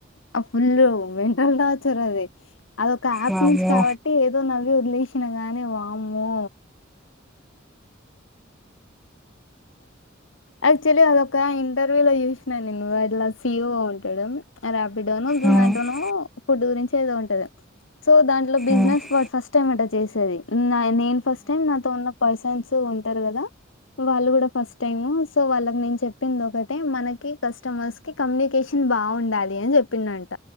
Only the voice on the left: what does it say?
ఆ! ఫుల్లు మెంటల్ టార్చర్ అదే అదొ యాప్
నుంచి కాబట్టి ఏదో నవ్ రిలేషన్ గాని వామ్మో యాక్చువలీ అదొక ఇంటర్వ్యూ లో చూసినా నేను అట్లా సి ఇ ఓ ఉంటాడు రాపిడానో జొమోట
నో ఫుడ్ గురించి ఏదో ఉంటది సో దాంట్లో బిజినెస్
ఫస్ట్ టైమ్ అట చేసేది నేను ఫస్ట్ టైం నాతో ఉన్న పర్సన్స్ ఉంటారు కదా వాళ్ళు కూడా ఫస్ట్ టైము సో వాళ్ళకి నేను చెప్పింది ఒకటే మనకి కస్టమర్స్ కి కమ్యూనికేషన్ బాగుండాలి అని చెప్పిందంట